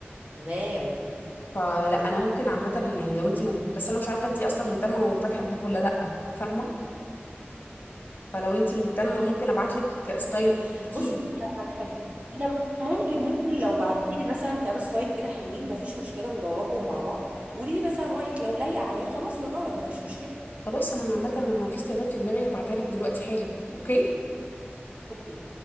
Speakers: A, on the right; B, on the left.
A: تمام
B: فلا انا ممكن عامه يعني لو انتي مهت... بس انا مش عارفه انتي اصلا مهتمه وفاتحه الباب ولا لا فاهمه فلو انتي مهتمه ممكن ابعتلك ستايل
A: مم.
B: كتير
A: بصي ممكن على حاجه انا ممكن ممكن لو بعتي لي مثلا كام ستايل كده حلوين ما فيش مشكله نجربهم مع بعض قولي لي مثلا رايك لو لايقه عليا خلاص نجرب ما فيش مشكله
B: خلاص انا عامه انا في ستايلات في دماغي هبعتها لك دلوقتي حالا <laughs> اوكي
A: اوكي